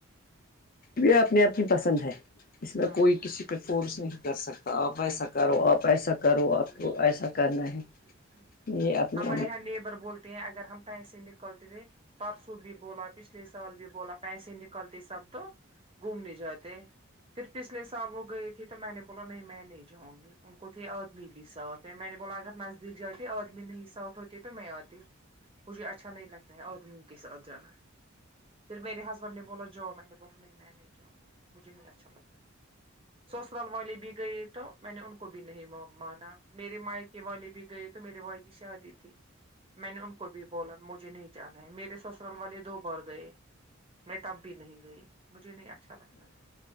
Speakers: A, on the left (about 40°); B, on the right (about 25°).
A: یہ اپنے آپ ہی پسند ہے اس میں
B: ہاں
A: کوئی کسی پہ فورس نہیں کر سکتا آپ ا ایسا کرو آپ ایسا کرو
B: جی
A: آپ کو
B: جی
A: ایسا
B: جی
A: کرنا
B: جی
A: ہے
B: جی جی
A: یہ اپنی
B: ہمارے یہاں نیبر بولتے اگر ہم پیسے نکلتے تھے پرسوں بھی بولا پچھلے سال بھی بولا پیسے نکلتے سب تو گھومنے جاتے پھر پچھلے سال وہ گئی تھی تو میں نے بولا نہیں میں نہیں جاؤں گی ان کو تھے آدمی بھی ساتھ ہے میں نے بولا اگر نزدیک جاتی آدمی نہیں ساتھ ہوتی تو میں آتی مجھے اچھا نہیں لگتا ہے اور کے ساتھ جانا پھر میرے ہسبینڈ نے بولا جاو میں نے بولا نہیں میں نہیں گ مجھے نہیں اچھا لگتا ہے سسرال والے بھی گئے تو میں نے ان کو بھی نہیں ما مانا میرے مائ کے والے بھی گئے تو میرے بھائی کی شادی تھی میں نے ان کو بھی بولا مجھے نہیں جانا ہے میرے سسرال والے دو بار گئے میں تب بھی نہیں گئی مجھے نہیں اچھا لگتا ہے